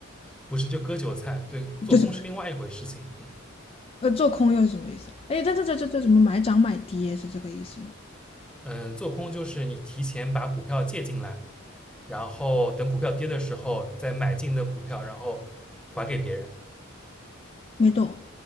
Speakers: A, in the centre; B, on the left (about 25°).
A: 不是，就割韭菜。对，做空是另外一回事情。
B: 就是 <laughs>
A: 嗯
B: 呃，做空又是什么意思啊？哎，这这这这这什么买涨买跌是这个意思吗？
A: 嗯，做空就是你提前把股票借进来，然后等股票跌的时候再买进的股票，然后还给别人。
B: 没懂。